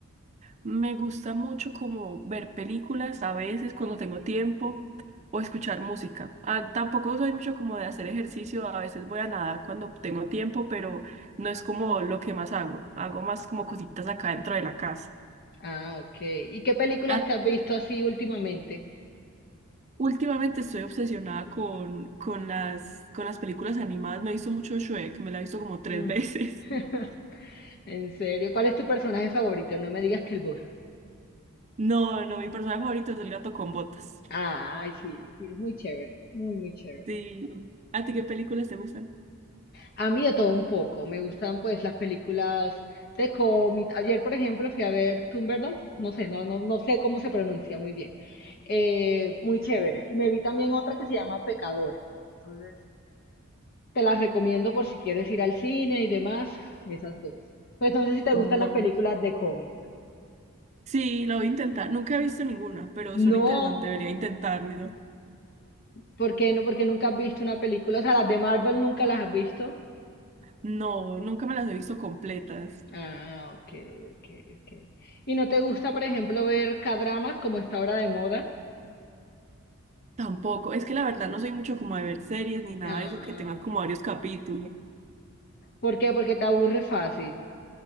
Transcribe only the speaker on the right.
Me gusta mucho como ver películas a veces cuando tengo tiempo o escuchar música. Ah, tampoco soy mucho como de hacer ejercicio, a veces voy a nadar cuando tengo tiempo, pero no es como lo que más hago. Hago más como cositas acá dentro de la casa.
¿A
Últimamente estoy obsesionada con, con las, con las películas animadas. Me he visto mucho Shrek, me la he visto como tres
veces.
<laughs>
No, no, mi personaje favorito es el gato con botas.
Sí. ¿A ti qué películas te gustan?
No.
Sí, lo voy a intentar. Nunca he visto ninguna, pero
suena interesante, debería intentarlo.
No, nunca me las he visto completas.
Tampoco. Es que la verdad no soy mucho como de ver series ni nada
de eso que
tenga
como varios capítulos.